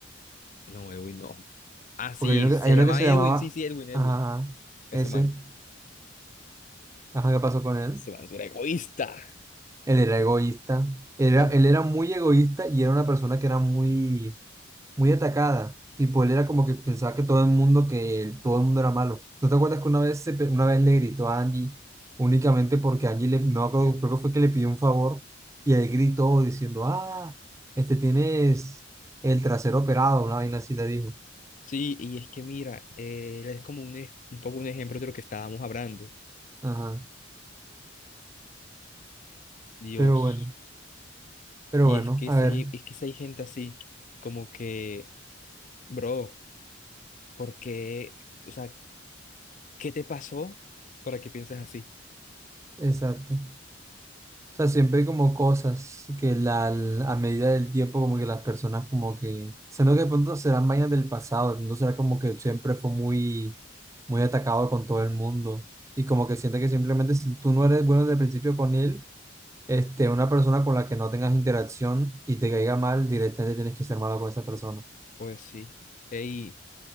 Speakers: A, on the left; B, on the right.
A: No, Edwin, no. Ah, sí,
B: porque hay uno que,
A: se
B: hay uno
A: llama
B: que se
A: Edwin,
B: llamaba,
A: sí, sí, Edwin, Edwin.
B: ajá,
A: Ese
B: ese,
A: man,
B: ajá, ¿qué pasó con él?
A: ese man era egoísta.
B: Él era egoísta, era,
A: Ah,
B: él era muy egoísta y era una persona que era muy, muy atacada, tipo, él era como que pensaba que todo el mundo, que él- todo el mundo era malo. ¿No te acuerdas que una vez, se pe- una vez le gritó a Angie únicamente porque Angie, le, no me acuerdo, creo que fue que le pidió un favor y él gritó diciendo, ah, este tienes el trasero operado, una vaina así le dijo.
A: sí, y es que mira, él es como un, ej- un poco un ejemplo de lo que estábamos hablando.
B: Ajá,
A: Dios.
B: pero bueno. Pero
A: Y
B: bueno,
A: es que
B: a
A: si
B: ver,
A: hay, es que si hay gente así, como que, bro, ¿por qué? O sea, ¿qué te pasó para que pienses así?
B: exacto. O sea, siempre hay como cosas que la, al- a medida del tiempo como que las personas como que, siendo que de pronto serán vainas del pasado, de pronto será como que siempre fue muy, muy atacado con todo el mundo y como que siente que simplemente si tú no eres bueno desde el principio con él, este, una persona con la que no tengas interacción y te caiga mal, directamente tienes que ser malo con esa persona.
A: Pues sí. Y